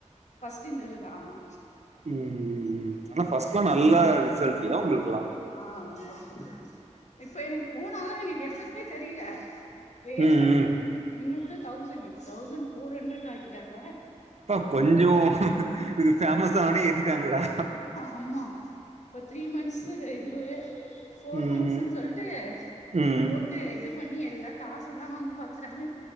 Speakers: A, on the left; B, on the right.
A: ஃபஸ்ட்டு இந்ததோட ஆமா
B: ம் ம் ம் ஆனா ஃபர்ஸ்ட்லா நல்ல ரிசல்ட் இல்ல உங்களுக்குல்லா
A: ஆ ஆமா இப்ப எனக்கு போனாலு எனக்கு எஃபக்டே தெரியல வேஸ்ட்
B: ம் ம்
A: இன்ன கூட தௌசண்ட் இப்ப தௌசண்ட் போர் ஹண்ட்ரட் ஆக்கிட்டாங்க
B: அப்பா கொஞ்சோ இது ஃபேமஸ் ஆனவுட்னே ஏத்திட்டாங்களா
A: ஆம்மா இப்ப த்ரீ மந்ஸ் இதுவு ஃபோர்
B: ம்
A: மந்ஸ்ன்னு சொல்ட்டு
B: ம்
A: போட் டு இது பண்ணி எல்லா காசுதா வாங்க பாக்குறாங்க